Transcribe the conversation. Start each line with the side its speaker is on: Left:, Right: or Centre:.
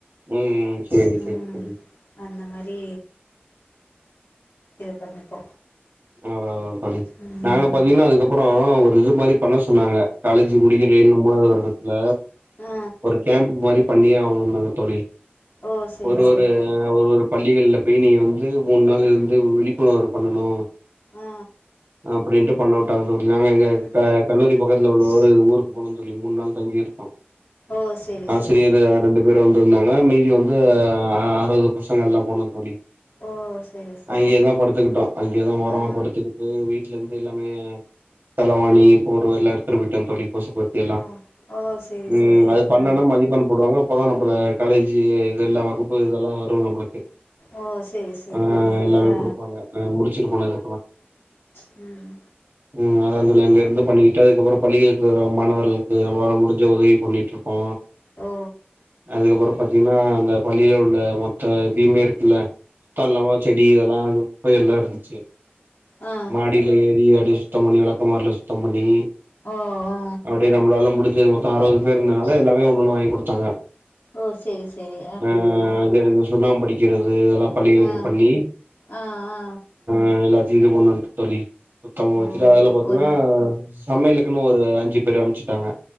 Right: ம் ம் சேரி
Left: ம்
Right: சேரி தோழி
Left: அந்த மாரி ப்படியே இது பண்ணிப்போ
Right: ஆ ஆ தோழி
Left: ம்
Right: நாங்க பாத்தீங்கன்னா அதுக்கப்புற ஒரு இது மாரி பண்ண சொன்னாங்க காலேஜ் முடிக்கிறன் மூணாவது வருடத்துல
Left: ஆ
Right: ஒரு கேம்ப் மாரி பண்ணியே ஆகணும்னாங்க தோழி
Left: ஓ செரி
Right: ஒரு
Left: செரி
Right: ஒரு ஒரு ஒரு பள்ளிகள்ல போய் நீங்க வந்து மூணு நாள் இருந்து விழிப்புணர்வு பண்ணனு
Left: ஆ
Right: அப்படின்ட்டு பண்ணவுட்டாங்க தோழி நாங்க எங்க
Left: ம்
Right: கல்லூரி பக்கத்துல உள்ள ஒரு ஊரு போனோ தோழி மூணு நாள் தங்கி இருப்போ
Left: ஓ செரி
Right: ஆசிரியர்
Left: செரி
Right: ரெண்டு பேர் வந்து இருந்தாங்க மீதி வந்து அறுவது பசங்க எல்லா போனோ தோழி
Left: ஓ செரி செரி
Right: அங்கேயேதா படுத்துக்கிட்டோ அங்கேயேதா பா
Left: ஆ
Right: இதுக்கு வீட்ல இருந்து எல்லாமே தலவாணி போர்வ எல்லா எடுத்துட்டு போயிட்டோ தோழி கொசுப்பத்தி எல்லா
Left: ஓ ஓ செரி
Right: ம்
Left: செரி
Right: அது பண்ணன்னா
Left: ஆ
Right: மதிப்பெண் போடுவாங்க அப் போதா நம்மள காலேஜ்ஜி இதெல்லா வகுப்பு இதெல்லா வரு நம்ளுக்
Left: ஓ செரி செரி
Right: ஆ
Left: புரியுது
Right: எல்லாமே
Left: ஆ
Right: குடுப்பாங்க ஆ முடிச்சிட்டுப்போனது
Left: ம்
Right: ம் அத தோழி அங்கருந்து பண்ணிக்கிட்டு அதுக்கப்புறோ பள்ளிகளுக்கு வர மாணவர்களுக்கு நம்ளால முடிஞ்ச உதவி பண்ணிட்ருப்போ
Left: ஓ
Right: அதுக்கப்புறோ‌ பாத்தீங்கன்னா அந்த பள்ளியில உள்ள மொத்த இதையுமேர் இல்ல தள்ளமா செடி இதெல்லா குப்போய் எல்லா இருந்துச்சி
Left: ஆ
Right: மாடில ஏறி அடி சுத்தம் பண்ணி வெளக்குமார்ல சுத்தம் பண்ணி
Left: ஓ ஆ
Right: அப்டியே நம்மளாலா முடிஞ்சது மொத்தோ அறுவது பேர் இருந்ததுனால எல்லாமே ஒன்னொன்னு வாங்கி கொடுத்தாங்க
Left: ஓ செரி செரி
Right: ஆ அங்கிருந்து சுண்ணாம்படிக்கிறது இது இதெல்லா பள்ளிகளுக்கு
Left: ஆ
Right: பண்ணி
Left: ஆ ஆ
Right: ரு எல்லாத்தையு இது பண்ணுவோ தோழி சுத்தமா
Left: ஓ
Right: வெச்சிட்டு அதுல பாத்தீங்கன்னா
Left: ஒரு
Right: சமையலுக்குன்னு ஒரு அஞ்சிப் பேர அம்ச்சிட்டாங்க